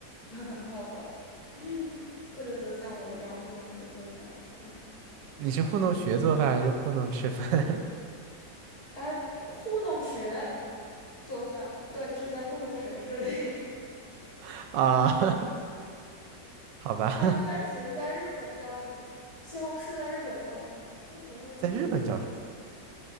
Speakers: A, on the left; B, on the right.
A: <laughs> 好吧，嗯不能够像我一样糊弄学做饭。哎，
B: 你是糊弄学做饭还是糊弄吃饭
A: 哎，糊弄学做饭，断句在糊弄学这里。<laughs>
B: <laughs> 啊？<laughs> 好吧，
A: 那番茄在日本叫什么？西红柿在日本叫什么？番茄说出来就有点，
B: 在日本叫什么？